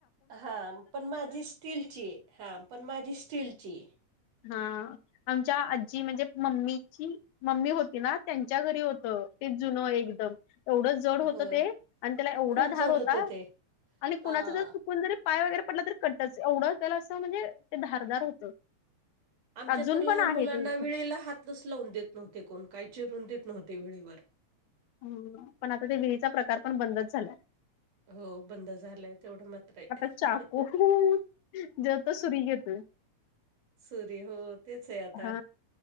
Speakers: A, on the right; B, on the left.
A: हा, पण माझी स्टीलची आहे, हा पण माझी स्टीलची
B: हा, आमच्या आजी म्हणजे मम्मीची मम्मी होती ना त्यांच्या घरी होतं, ते जुनं एकदम एवढं जड
A: आहे
B: होतं
A: हो
B: ते, आणि त्याला एवढा
A: खूप
B: धार
A: जड
B: होता,
A: होतं ते
B: आणि कुणाच
A: हा
B: जर कोण जरी पाय वगैरे पडला तर कटच, एवढं त्याला असं म्हणजे ते धारदार होतं
A: आमच्यात
B: अजून
A: तर लहान
B: पण आहे
A: मुलांना
B: ते
A: विळीला हातच लावून देत नव्हते कोण, काय चिरूच देत नव्हते विळीवर
B: हम्म, पण आता ते विळीचा प्रकार पण बंदच झाला
A: हो बंद झालंय, तेवढं मात्र आहे
B: आता चाकू जेव तो सुरी घेतोय
A: सुरी हो, तेच आहे आता,
B: हा